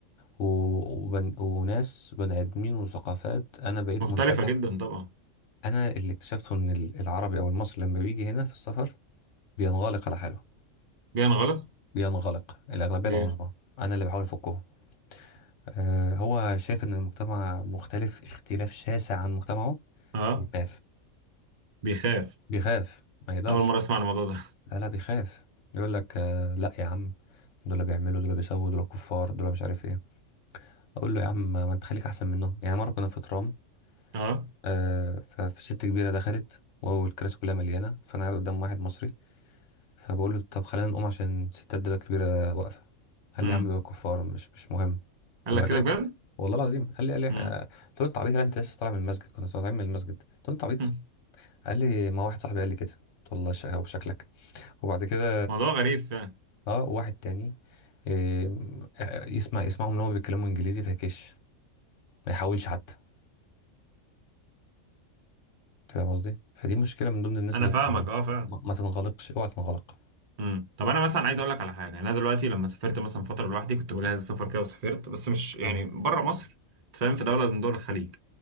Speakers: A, on the left; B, on the right.
A: و... وبن... وناس بني ادمين وثقافات انا بقيت
B: مختلفة
A: منفتح
B: جدا طبعا
A: انا اللي اكتشفته ان ال- العربي او المصري لما بيجي هنا في السفر بينغلق على حاله
B: جاي نغلق
A: بينغلق الأغلبية
B: ليه
A: العظمى أنا اللي بحاول أفكهم آه هو شايف إن المجتمع مختلف اختلاف شاسع عن مجتمعه
B: اه
A: بيخاف
B: بيخاف
A: بيخاف ما يقدرش
B: اول مرة اسمع عن الموضوع ده
A: لا لا بيخاف يقول لك آه لا يا عم دول اللي بيعملوا دول اللي بيسووا دول كفار دول مش عارف ايه اقول له يا عم ما انت خليك احسن منهم يعني مره كنا في ترام
B: <laughs> اه
A: آه فست كبيره دخلت والكراسي كلها مليانه فانا قاعد قدام واحد مصري فبقول له طب خلينا نقوم عشان الستات دول الكبيره واقفه قال
B: امم
A: لي يا عم دول كفار مش مش مهم
B: قال
A: كنا
B: لك
A: راجعين
B: كده بجد
A: والله العظيم قال لي قال لي آه،
B: امم
A: قلت له انت عبيط ولا انت لسه طالع من المسجد كنا طالعين من المسجد قلت له انت عبيط
B: <laughs>
A: قال لي ما واحد صاحبي قال لي كده قلت له الله يشقى بشكلك وبعد كده
B: موضوع غريب فعلا
A: اه واحد تاني آه، آه، يسمع يسمعهم ان هم بيتكلموا انجليزي فيكش ما يحاولش حتى فاهم قصدي فدي مشكله من ضمن الناس
B: انا
A: اللي
B: فاهمك
A: بتنغلق
B: اه فعلا
A: ما, ما تنغلقش اوعى تنغلق
B: امم طب انا مثلا عايز اقول لك على حاجه انا دلوقتي لما سافرت مثلا فتره لوحدي كنت بجهز السفر كده وسافرت بس مش يعني
A: مم.
B: بره مصر أنت فاهم في دوله من دول الخليج